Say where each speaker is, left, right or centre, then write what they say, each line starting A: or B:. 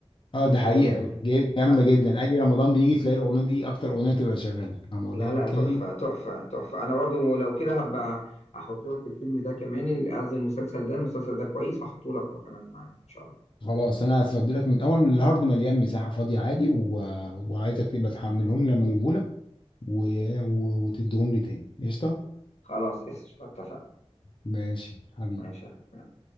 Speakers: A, on the left; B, on the left.
A: اه
B: ال-
A: ده حقيقه جا- جامده
B: ف-
A: جدا اي رمضان بيجي تلاقي الاغنيه دي اكتر اغنيه تبقى شغاله رمضان
B: لا لا
A: كريم
B: تحفه تحفه تحفه انا برضه لو كده هبقى احط لك الفيلم ده كمان ال- قصدي المسلسل ده المسلسل ده كويس هحطه لك هو كمان معانا ان شاء الله
A: خلاص انا هفضي لك من الاول من الهارد مليان مساحه فاضيه عادي و... وعايزك تبقى تحملهم لما اجيبهولك و... و... وتديهم لي تاني قشطه
B: خلاص قشطة، اتفقنا
A: ماشي حبيبي
B: ماشي يا حبيبي.